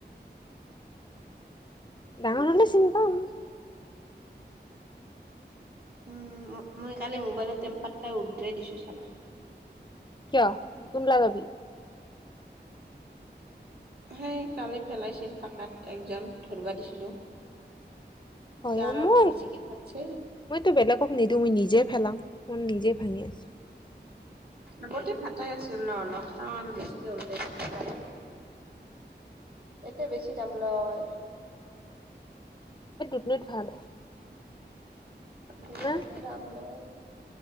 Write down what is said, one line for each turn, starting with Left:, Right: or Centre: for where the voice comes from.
Left: ডাঙৰ হলে চিন পাম।
Right: উম, মই কালি মোবাইলত টেম্পাৰটা উদ্ৰাই দিছো চালা।
Left: কিয় নতুন লগাবি?
Right: হে কালি পেলাইছিল পাকাত একজন ধৰবা দিছিলো। পিছে
Left: হয়মো।
Right: আৰু অলপ বেছিকে ফাটছে
Left: মইতো বেলেগক নিদিওঁ, মই নিজে ফেলাও মই নিজে ভাঙি আছো।
Right: আগতে ফাতাই আছিল ৰ অলপ, তামান বেছিকে উল্টাই দিছে। এতিয়া বেছি দাম লয়।
Left: এই দুধনৈত ভাল।
Right: দুধনৈটো
Left: না
Right: দাম লয়।